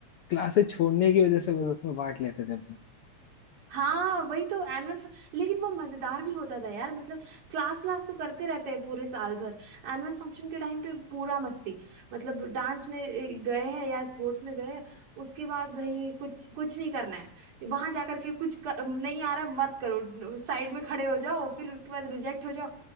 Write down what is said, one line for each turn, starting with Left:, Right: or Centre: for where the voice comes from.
Left: क्लासेस छोड़ने की वजह से बस उसमें बांट लेते थे अपन
Right: हाँ वही तो एनुअल लेकिन वो मजेदार भी होता था यार मतलब क्लास व्लास तो करते रहते हैं पूरे साल भर एनुअल फंक्शन के टाइम पे पूरा मस्ती मतलब डांस में ए, गए हैं या स्पोर्ट्स में गए हैं उसके बाद भाई कुछ कुछ नहीं करना है वहां जाकर के कुछ क- नहीं आ रहा मत करो साइड में खड़े हो जाओ फिर उसके बाद रिजेक्ट हो जाओ